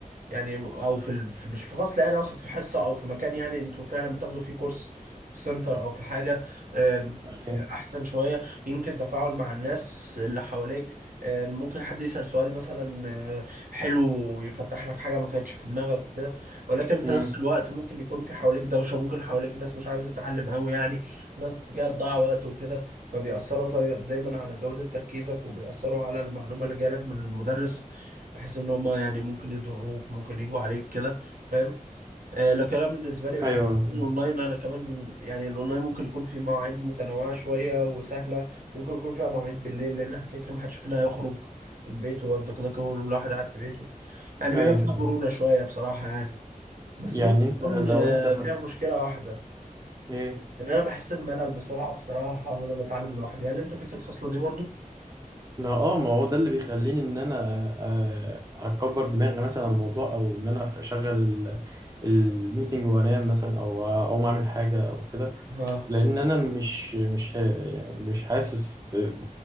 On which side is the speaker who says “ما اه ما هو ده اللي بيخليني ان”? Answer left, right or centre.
Right